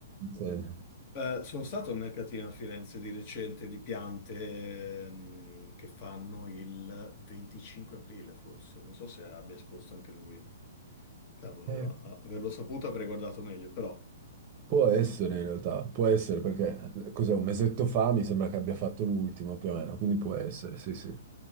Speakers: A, on the right; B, on the left.
A: Sì.
B: Eh, sono stato al mercatino a Firenze di recente di piante ehm, che fanno il 25 aprile, forse. Non so se abbia esposto anche lui. Cavolo,
A: Eh,
B: a- averlo saputo avrei guardato meglio, però.
A: Può essere in realtà, può essere perché eh, cos'è un mesetto fa mi sembra che abbia fatto l'ultimo più o meno, quindi può essere, sì sì.